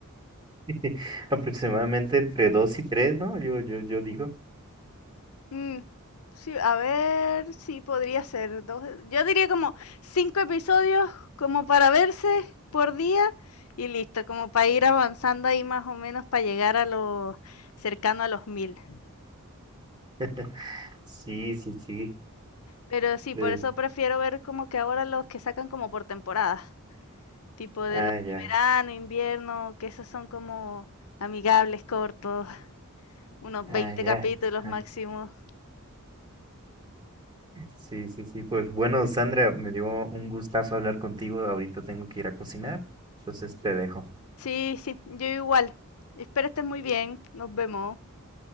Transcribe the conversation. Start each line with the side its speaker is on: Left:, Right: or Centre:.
Right: <laughs> Aproximadamente entre dos y tres, ¿no? Yo, yo, yo digo.
Left: Mm, sí, a ver, sí, podría ser dos. Yo diría como cinco episodios como para verse por día y listo, como para ir avanzando ahí más o menos para llegar a los cercano a los mil.
Right: <laughs> Sí, sí, sí.
Left: Pero sí,
Right: Eh,
Left: por eso prefiero ver como que ahora los que sacan como por temporada, tipo de
Right: ah,
Left: los de
Right: ya,
Left: verano, invierno, que esos son como amigables, cortos, unos
Right: ah,
Left: 20
Right: ya.
Left: capítulos
Right: <laughs>
Left: máximo.
Right: Sí, sí, sí. Pues bueno, Sandra, me dio un gustazo hablar contigo. Ahorita tengo que ir a cocinar. Entonces te dejo.
Left: Sí, sí, yo igual. Espero estés muy bien. Nos vemos.